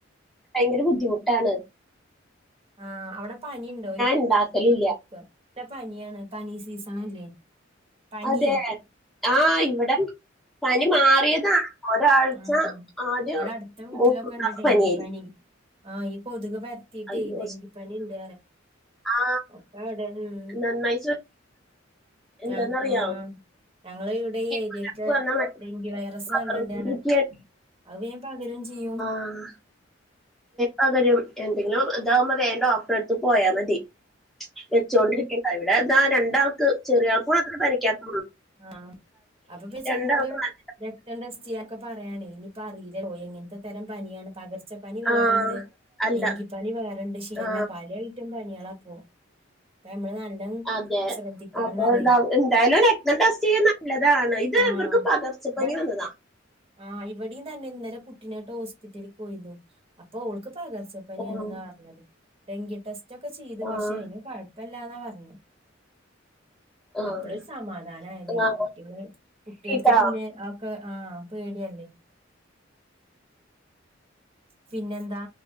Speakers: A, in the centre; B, on the right.
A: ഭയങ്കര ബുദ്ധിമുട്ടാണ്.
B: ആഹ് അവിടെ പനി ഉണ്ടോ.
A: ഉണ്ടാക്കല് ഇല്ല.
B: ഇല്ല പനിയാണ് പനി സീസണ് അല്ലേ പനി.
A: അതെ ആ ഇവിട. പനി മാറിയതാ ഒരാഴ്ച
B: ആഹ്
A: ആദ്യം
B: ഇവിടെ അടുത്ത വീട്ടിലൊക്കെ
A: മൂക്ക്ക്
B: ഉണ്ട് ഡെങ്കിപ്പനി
A: പനിയായിരിക്കും.
B: ആഹ് ഈ കൊതുക് പരത്തിട്ടേ
A: അയ്യോ
B: ഈ ടെങ്കിപ്പനി ഇണ്ട്.
A: ആ
B: അപ്പ അവിടെ ഉം
A: നന്നായി ശ്ര- എന്താന്നറിയാം
B: ആഹ് ആഹ് ഞങ്ങള് ഇവിടെ ഈ ഏരിയക്ക
A: പകർപ്പ് വന്നാൽ മറ്റേ
B: ഡെങ്കി വൈറസ്
A: പകർന്നുകൊണ്ടിരിക്കുകയാണ്
B: നല്ലോണ്ടാ അത് വേം പകരേം ചെയ്യും.
A: ആഹ്. പകരും എന്തെങ്കിലും ഇതാവുമ്പൊ വേം ഡോക്ടറടുത്ത് പോയാ മതി. വെച്ചൊണ്ടിരിക്കണ്ടാ ഇവിടെ ഈ രണ്ടാൾക്ക് ചെറിയ ആൾക്കൂടി അത്ര പനിക്കാത്ത.
B: ആഹ് അപ്പൊ ഇപ്പ ചെന്നോര്.
A: രണ്ടാൾക്ക് നല്ല-
B: രക്തം ടെസ്റ്റ് ചെയ്യൊക്കെ പറയാണ് ഇനിപ്പ അറിയില്ല ഓ എങ്ങനത്തെ തരം പനിയാണ് പക പച്ച പനി വേയറ്ണ്ട്
A: ആ അല്ല
B: ഡെങ്കി പനി വേയറുണ്ട് ഷിഗല്ലാ
A: ആ
B: പല ഐറ്റം പനികളാ പോ..... അപ്പ നമ്മള നാടിന്റ നല്ല....
A: അതെ
B: ശ്രദ്ധിക്കണംന്നറയ്
A: അപ്പൊ എന്തായാലും. എസ് നല്ലതാണ് ഇത്
B: ആഹ്
A: ഇവർക്ക് പകർച്ചപ്പനി
B: ഇബടെ
A: പനിയാണ്.
B: ആഹ് ഇവിടെയും തന്നെ ഇന്നലെ കുട്ടിനായിട്ട് ഹോസ്പിറ്റലിൽ പോയിരുന്നു അപ്പൊ അവൾക്ക് പകർച്ച. പനിയാണ്
A: ആ
B: ന്നാ അർഞ്ഞത് ഡെങ്കി ടെസ്റ്റ് ഒക്കെ ചെയ്ത്
A: ആ
B: പഷേ അയ്ന് കൊ യ്പ്പല്ലാന്നാ പർഞ്ഞേ
A: ആഹ്
B: അപ്പളരു സമാ പ്രനായതേ ഈ
A: ആഹ്
B: കുട്ടികൾ കുട്ട്യാൾക്ക്
A: ട്ടോ
B: പിന്നെ ആ ആഹ് പേടിയല്ലേ. പിന്നെന്താ